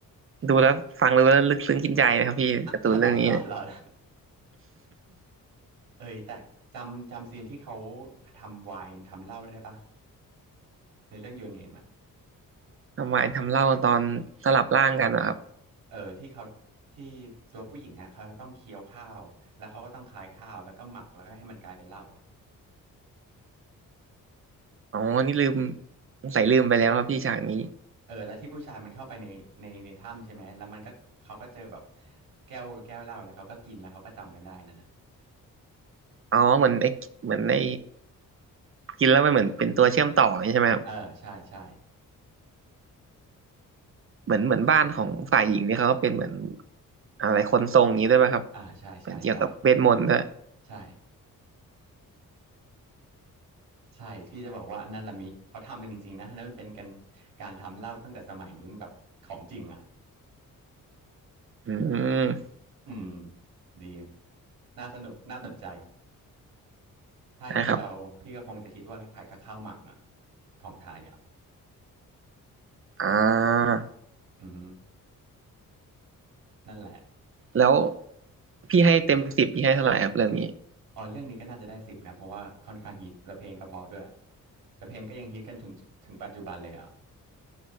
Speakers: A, on the right; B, on the right.
A: ดูแล้วฟังดูแล้วลึกซึ้งกินใจนะครับพี่การ์ตูนเรื่องนี้เนี่ย
B: อ่ะเหรอเหรอเหรอเหรอเอ้ยแต่จำจำซีนที่เขาทำไวน์ทำเหล้าได้ปะในเรื่อง Your Name อ่ะ
A: ทำไมทำเล่าตอนสลับร่างกันนะครับ
B: เออที่เขาที่ตัวผู้หญิงอ่ะเขาต้องเคี้ยวข้าวแล้วเขาก็ต้องคลายข้าวแล้วก็หมักแล้วก็ให้มันกลายเป็นเหล้าอ่ะ
A: อ๋อนี่ลืมสงสัยลืมไปแล้วครับพี่ฉากนี้
B: เออแล้วที่ผู้ชายมันเข้าไปในในในถ้ำใช่ไหมแล้วมันก็เขาก็เจอแบบแก้วแก้วเหล้าแล้วเขาก็กินแล้วเขาก็จำกันได้นั่นน่ะ
A: อ๋อเหมือนไอ้เหมือนไอ้กินแล้วมันเหมือนเป็นตัวเชื่อมต่ออย่างนี้ใช่ไหมครับ
B: เออใช่ใช่
A: เหมือนเหมือนบ้านของฝ่ายหญิงเนี่ยเขาก็เป็นเหมือนอะไรคนทรงอย่างนี้ด้วยป่ะครับ
B: อ่าใช่ใช่ใช่
A: เป็นเกี่ยวกับเวทมนต์ด้วย
B: ใช่ ใช่พี่จะบอกว่านั่นละมิเขาทำกันจริงๆนะนั่นมันเป็นกันการทำเหล้าตั้งแต่สมัยนู้นแบบของจริงอ่ะ
A: อืม
B: อืมดีน่าสนุกน่าสนใจถ้าให้พี่เดาพี่ก็คงจะคิดว่าคล้ายๆกับข้าวหมักอ่ะ
A: ใช่ครับ
B: ของไทยอ่ะ
A: อ่า
B: อือฮึนั่นแหละ
A: แล้วพี่ให้เต็มสิบพี่ให้เท่าไหร่ครับเรื่องนี้
B: อ๋อเรื่องนี้ก็น่าจะได้สิบนะเพราะว่าค่อนข้างฮิตและเพลงก็เพราะด้วยและเพลงก็ยังฮิตกันถึงถึงปัจจุบันเลยอ่ะ